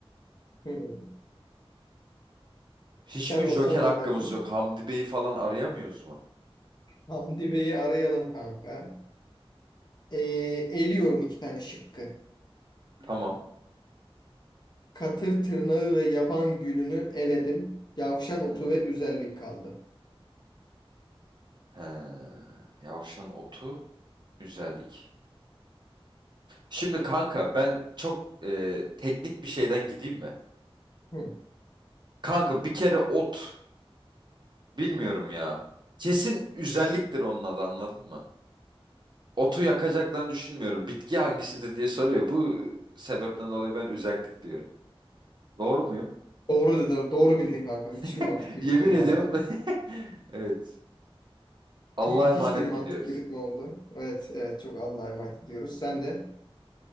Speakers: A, on the left; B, on the right.
A: Hmm.
B: Hiç
A: Sen
B: mi
A: olsan
B: Joker hakkımız
A: ne derdin?
B: yok? Hamdi Bey'i falan arayamıyoruz mu?
A: Hamdi Bey'i arayalım kanka. Ee, eliyorum iki tane şıkkı.
B: Tamam.
A: Katır tırnağı ve yaban gülünü eledim. Yavşan
B: He,
A: otu ve üzerlik kaldı.
B: he. Yavşan otu, güzellik. Şimdi kanka ben çok e, teknik bir şeyden gideyim mi?
A: Hmm.
B: Kanka bir kere ot bilmiyorum ya. Kesin özelliktir onun adı anladın mı? Otu yakacaklarını düşünmüyorum. Bitki hangisidir diye soruyor. Bu sebepten dolayı ben özellik diyorum. Doğru muyum?
A: Doğru dedin, doğru bildin kanka. Müthiş
B: <laughs>
A: bir mantık yürüttün
B: Yemin ediyorum.
A: bu arada.
B: <laughs> Evet. Allah'a
A: Müthiş
B: emanet
A: bir mantık
B: gidiyoruz.
A: yürütme oldu. Evet, evet çok Allah'a emanet ediyoruz. Sen de